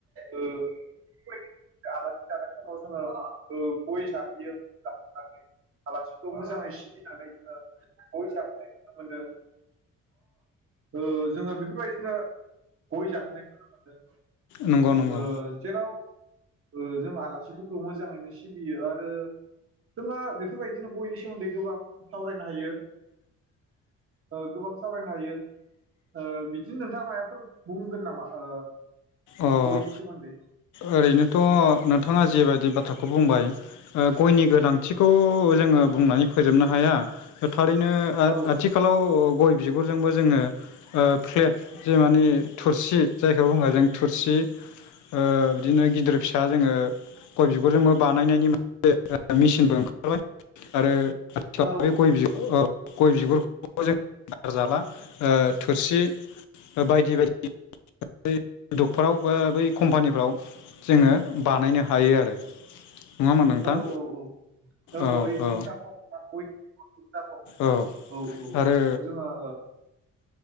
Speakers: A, on the right; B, on the left.
A: ओ <unintelligible> आलासि जानाय समाव जोङो ओ गय जाहोयो <unintelligible> आलासिखौ मोजाङै सिबिनानै जोङो गय जाहोनाय नुनो मोनो ओ जोङो बेफोरबायदिनो गय जाहोनाय नुनो मोनदों।
B: नंगौ नंगौ
A: ओ जेराव ओ जों आलासिफोरखौ मोजाङैनो सिबियो आरो जोंहा बे बेफोरबायदिनो गयनि सोमोन्दै गोबां सावरायनो हायो ओ गोबां सावरायनो हायो ओ बिदिनो नोंथाङा मायबाफोर बुंगोन नामा ओ
B: अ
A: गयनि सोमोन्दै?
B: ओरैनोथ' नोंथाङा जेबादि बाथ्राखौ बुंबाय ओ गयनि गोनांथिखौ जोङो बुंनानै फोजोबनो हाया थारैनो ओ
A: औ
B: आथिखालाव गय बिगुरजोंबो जोङो ओ फ्लेट जे माने थुरसि जायखौ बुङो जों थुरसि ओ बिदिनो गिदिर फिसा जोङो गय बिगुरजोंबो बानायनायनि मो <unintelligible> मिसिनबो ओंखारबाय आरो आथिखालाव
A: औ
B: बे गय <unintelligible> औ गय बिगुरखौ जों बार जाला थोरसि बायदि बायदि <unintelligible> <unintelligible> दफोराव बा बै कम्पानिफ्राव जोङो बानायनो हायो आरो। नङामोन नोंथां
A: औ औ औ
B: औ
A: ओइ धुपदाखं
B: औ
A: गय धुपदाखं
B: औ
A: औ
B: आरो
A: बेखौ जोङो ओ,